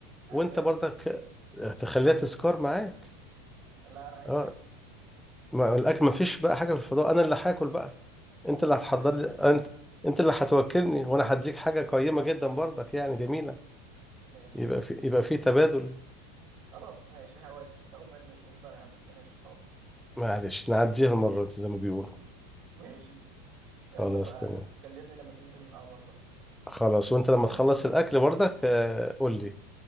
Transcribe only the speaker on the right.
اعمل
بيها
ايه
لا انا عايز
اكل
<laughs>
ماشي
خلاص ماشي هوافق رغم اني مش مقتنع بس ماشي حاضر
<laughs> ماشي
يلا بقى
كلمني لما تنزل من القمر بقى
<laughs>